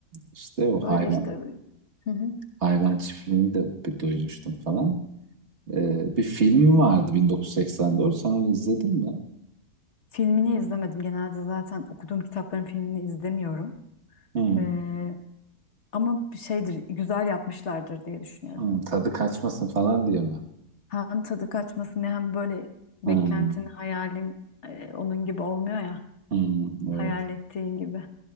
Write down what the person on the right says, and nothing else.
işte o hayvan
hayvan çiftliğini de bir duymuştum falan. Ee, bir film vardı 1984. Sen onu izledin mi?
Hmm.
Hmm, tadı kaçmasın falan diye mi?
Hmm.
Hmm. Evet,